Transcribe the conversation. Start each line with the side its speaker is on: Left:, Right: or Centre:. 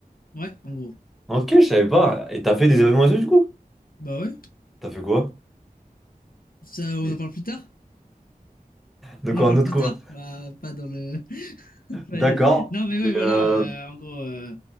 Left: Ouais, en gros.
Centre: Ok, je savais pas. Et t'as fait des événements et tout, du coup?
Left: Bah ouais.
Centre: T'as fait quoi?
Left: Ça,
Centre: <laughs>
Left: on en parle
Centre: Des-
Left: plus tard.
Centre: Donc
Left: On en
Centre: en
Left: parle
Centre: autre
Left: plus
Centre: quoi?
Left: tard. Bah, pas dans le. <laughs> Ouais.
Centre: D'accord.
Left: Non, mais oui,
Centre: Mais,
Left: voilà.
Centre: euh,
Left: euh, en gros, euh,